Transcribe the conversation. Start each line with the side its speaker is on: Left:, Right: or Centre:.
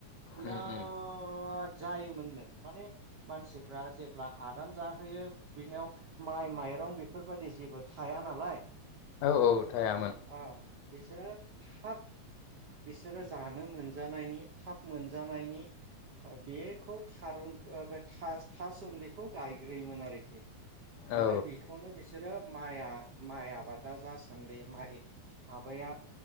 Right: बिराद
Left: उम उम
Right: द जायोमोननो माने मानसिफ्रा जेब्ला हादान जाहोयो बिनिाव माइ माइरं बेफोरबायदि जेबो थाया नालाय।
Left: औ औ थायामोन।
Right: अ बिसोरो थाब बिसोरो जानो मोनजानायनि थाब मोनजानायनि बेखौ थारुन बे थास-थाससोमलेखौ गायग्रोयोमोन आरोखि ओमफ्राय
Left: औ
Right: बेखौनो बिसोरो माइआ माइ आबादा जासान्दि माइ माबाया